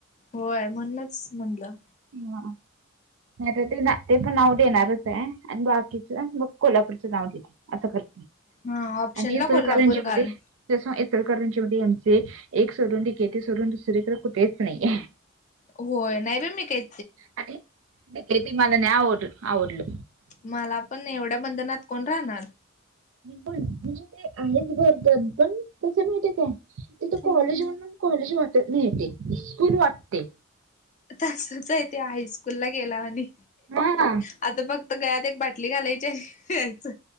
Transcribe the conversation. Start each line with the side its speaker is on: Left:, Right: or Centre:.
Left: होय म्हणणच म्हणलं.
Right: ह नाही तर ते ना ते पण नाव देणारच आहे आणि बाकीचं मग कोल्हापूरचं नाव घेते. असं करत
Left: हा ऑप्शनला
Right: आणि ईचकरंजीमध्ये.
Left: कोल्हापूर घाल.
Right: जस ईचलकरंजी मध्ये आमचे एक सोडुन डीकेटी सोडुन दुसरेकडे कुठेच नाहीये.
Left: होय नाही बाई मी काही.
Right: आणि खेतीमालाने आवडल आवडल.
Left: मला पण एवढ्या बंधनात कोण राहणार.
Right: पण म्हणजे ते आहेच बर्दपन पण कस माहितेका तेथ कॉलेज
Left: हम्म.
Right: म्हणून कॉलेज वाटत नही हे ते स्कूल वाटते.
Left: तसच आहे ते हायस्कूल ला गेला म्हणि
Right: हा
Left: आता बघ. गळ्यात एक बाटली घालायची आहे यायच.